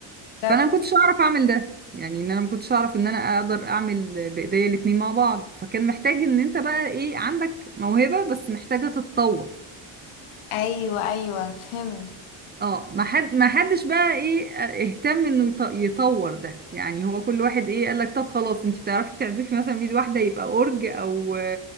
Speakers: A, on the left; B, on the right.
A: بالظبط
B: فانا ما كنتش اعرف اعمل ده يعني ان انا ما كنتش اعرف ان انا اقدر اعمل بايديا الاتنين مع بعض فكان محتاج ان انت بقى ايه عندك موهبة بس محتاجة تتطور
A: ايوه ايوه فهمت
B: اه ما حد ما حدش بقى ايه اهتم انه يط- يطور ده يعني هو كل واحد ايه قال لك طب خلاص انت بتعرفي تعزفي مثلا بايد واحده يبقى اورج او